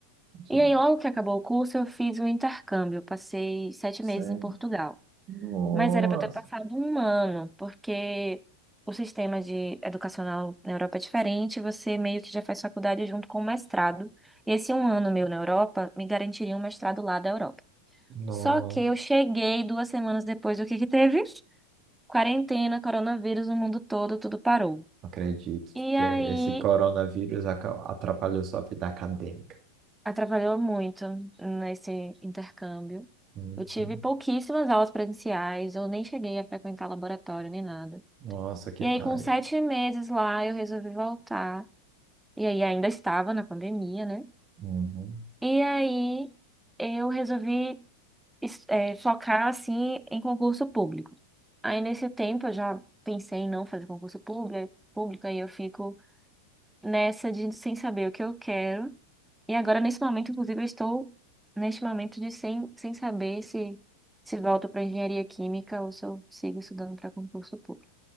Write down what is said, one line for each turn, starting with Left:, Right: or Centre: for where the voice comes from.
Right: Você...
Centre: E aí, logo que acabou o curso, eu fiz um intercâmbio. Eu Passei sete meses
Right: é,
Centre: em Portugal.
Right: Nossa,
Centre: Mas era para ter passado um ano, porque o sistema de educacional na Europa é diferente. Você meio que já faz faculdade junto com o mestrado. Esse um ano meu na Europa me garantiria um mestrado lá da Europa.
Right: nossa,
Centre: Só que eu cheguei duas semanas depois do que que teve? Quarentena, coronavírus no mundo todo, tudo parou.
Right: não acredito
Centre: E
Right: que
Centre: aí,
Right: esse coronavírus aca- atrapalhou sua vida acadêmica.
Centre: atrapalhou muito nesse intercâmbio.
Right: Uhum.
Centre: Eu tive pouquíssimas aulas presenciais, eu nem cheguei a frequentar laboratório nem nada.
Right: Nossa, que
Centre: E aí,
Right: paia.
Centre: com sete meses lá, eu resolvi voltar. E aí, ainda estava na pandemia, né?
Right: Uhum.
Centre: E aí, eu resolvi es- eh, focar, assim, em concurso público. Aí, nesse tempo, eu já pensei em não fazer concurso público, público, aí eu fico nessa de sem saber o que eu quero. E agora, nesse momento, inclusive, eu estou neste momento de sem, sem saber se se volto para engenharia química ou se eu sigo estudando para concurso público.